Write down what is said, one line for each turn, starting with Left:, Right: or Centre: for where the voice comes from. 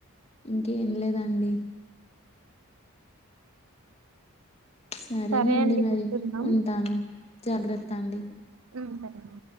Left: ఇంకేం లేదండి సరేనండి
Right: సరే అండి
Left: మరి
Right: ఉంటున్నాం
Left: ఉంటాను జాగ్రత్త అండి
Right: ఉమ్ సరే అండి